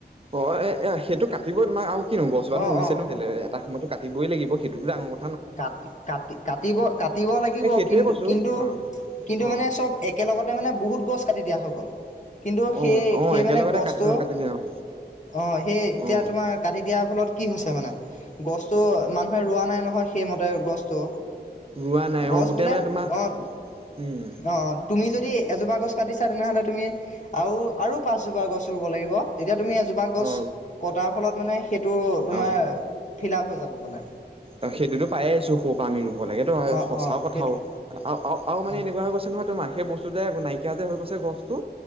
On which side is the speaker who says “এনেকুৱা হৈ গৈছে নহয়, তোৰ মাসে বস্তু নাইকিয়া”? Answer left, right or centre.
Right